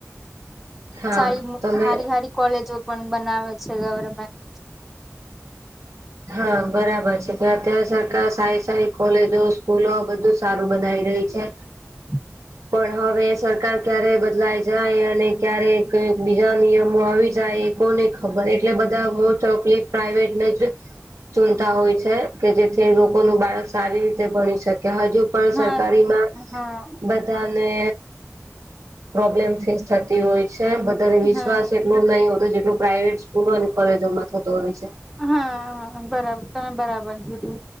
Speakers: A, on the right; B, in the centre.
A: હા
B: સારી
A: તમે
B: હારી હારી કોલેજો પણ બનાવે છે ગવર્મેન્ટ
A: હા બરાબર છે ત અત્યારે સરકાર સારી સારી કોલેજો સ્કૂલો બધું સારું બનાવી રહી છે
B: <inaudible>
A: પણ હવે સરકાર ક્યારે બદલાઈ જાય અને ક્યારે બીજા નિયમો આવી જાય કોની ખબર એટલે બધા મોસ્ટપલી પ્રાાઈવેટ ને જ ચૂનતા હોય છે કે જેથી લોકો ન બાળક સારી રીતે ભણી શકે હજુ પણ
B: હા
A: સરકારીમાં બ
B: હા
A: બધ્ધા ને પ્રોબ્લેમ ફેસ થતી હોય છે બધાને વિશ્વાસ
B: હા
A: બોવ નહી હોતુ જેટલો પ્રાઇવેટ સ્કૂલો અને કોલેજોમાં થતો હોય છે
B: હા હા બરાબર તમે બરાબર કીધું